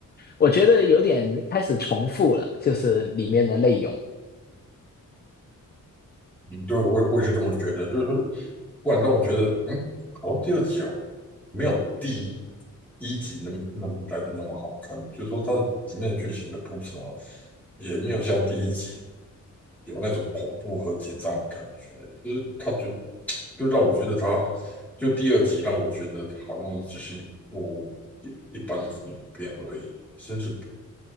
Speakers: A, on the left (about 30°); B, in the centre.
A: 我觉得有点开始重复了，就是里面的内容
B: 嗯，对，我我也是这么觉得，就是不万让我觉得，嗯，好像第二集啊，没有第一集那么那么来的那么好看。就是说，它里面的剧情的铺陈啊，也没有像第一集。有那种恐怖和紧张的感觉，就是他觉得，就让我觉得他，就第二集让我觉得好像只是一部一一般的恐怖片而已，甚至